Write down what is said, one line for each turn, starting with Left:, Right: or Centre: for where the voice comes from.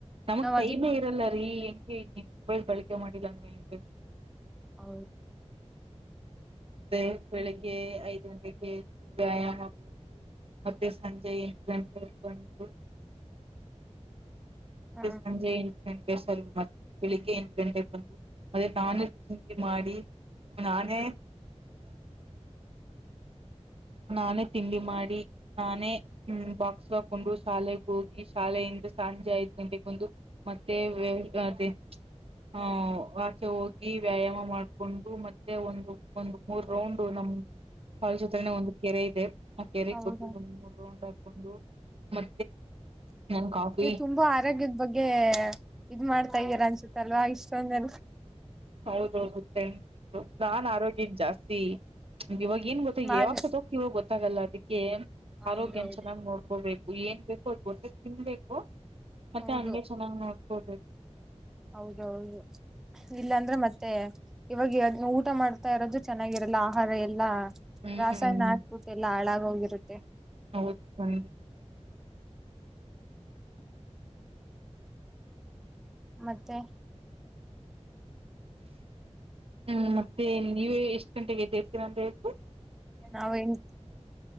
Right: ನಮಕ್
Centre: ನಾವ್
Right: ಕೈಮೆ
Centre: ಅದಕ್
Right: ಇರಲ್ಲ ರೀ ಹೆಂಗ ಮಬೈಲ್ ಕಳಿಕ ಮಾಡಿದಾಂಗ ಹೆಂಗ
Centre: ಹ
Right: ಅಂದ್ರೆ ಬೆಳಿಗ್ಗೆ ಐದ್ ಗಂಟೆಗೆ ವ್ಯಾಯಾಮ ಹೋಗಿ ಮತ್ತೆ ಸಂಜೆ ಎಟು ಗಂಟಕೊಂಡು ಮತ್ತೆ
Centre: ಹ
Right: ಸಂಜೆ ಎಂಟು ಗಂಟೆ ಸರ್ ಮತ್ತ ಬೆಳಿಗ್ಗೆ ಎಂಟು ಗಂಟೆಗೆ ಬಂದು ಅದೇ ನಾನು ಚಿ ಮಾಡಿ ನಾನೇ ನಾನೇ ತಿಂಡಿ ಮಾಡಿ ನಾನೇ ಹ್ಮ ಬಾಕ್ಸ್ಕ್ ಹಕೊಂಡ್ರು ಶಾಲೆೆಗೆ ಹೋಗಿ ಶಾಲೆಯಿಂದ ಸಂಜೆ ಐದ್ ಗಂಟೆಗೆ ಬಂದು ಮತ್ತೆ ವ್ಯವ ಹಹ ಆಚೆ ಹೋಗಿ ವ್ಯಾಯಾಮ ಮಾಡ್ಕೊಂಡು ಮತ್ತೆ ಒಂದು ಒಂದು ಮೂರ್ ರೌಂಡ್ ನಮ್ಮ ಹೌ ಕಾಲ ಜೊತ್ರನ ಒಂದು ಕೆರೆ ಇದೆ ಆ ಕೆರೆ
Centre: ಹೌದಾ
Right: ಗಬ್ಬಿ ಒಂದ್ ಮೂರು ಹಾಕೊಂಡು ಮ ನನ್ ಕಾಫಿ
Centre: ನೀವು ತುಂಬಾ ಆರೋಗ್ಯದ ಬಗ್ಗೆ ಇದ್ ಮಾಡ್ತಾ ಇದ್ದೀರಾ ಅನ್ಸುತ್ತ ಅಲ್ವಾ ಇಷ್ಟೊಂದ
Right: ಹೌದೌದುಂಡ ನಾನ್ ಆರೋಗ್ಯನ್ ಜಾಸ್ತಿ ಮ್ ಇವಾಗ ಏನ್ ಗೊತ್ತ
Centre: ನಾನ್
Right: ಯಾವಾಗ ಸ ಹೋಗ್ತಿ ಇವಾಗ ಗೊತ್ತಾಗಲ್ಲ ಅದಕ್ಕೆ
Centre: ಹೌದೌದು
Right: ಆರೋಗ್ಯನ್ ಚೆನ್ನಾಗ್ ನೋಡ್ಕೋಬೇಕು ಏನ್ ಬೇಕು ಅದ್ ಗೊಟ್ಟ ತಿನ್ಬೇಕು ಮತ್ತೆ
Centre: ಹೌದು
Right: ಹಂಗೆ ಚೆನ್ನಾಗ್ ನೋಡ್ಕೊಬೇಕು
Centre: ಹೌದೌದು ಇಲ್ಲಾಂದ್ರೆ ಮತ್ತೆ ಇವಾಗ ಊಟ ಮಾಡ್ತಾ ಇರೋದು ಚೆನ್ನಾಗಿರಲ್ಲ ಆಹಾರ ಎಲ್ಲಾ
Right: ಹ್ಮ್
Centre: ರಾಸಾಯನ ಹಾಕ್ಬಿಟ್ಟು ಎಲ್ಲ ಹಾಳಾಗ ಹೋಗಿರುತ್ತೆ
Right: ಹೌದು ಸಂ
Centre: ಮತ್ತೆ
Right: ಹ್ಮ್ ಮತ್ತೆ ನೀವೇ ಎಷ್ಟ್ ಗಂಟೆಗೆದೇರ್ತೀರ ಅಂತ ಹೇಳು
Centre: ನಾವ ಎನ್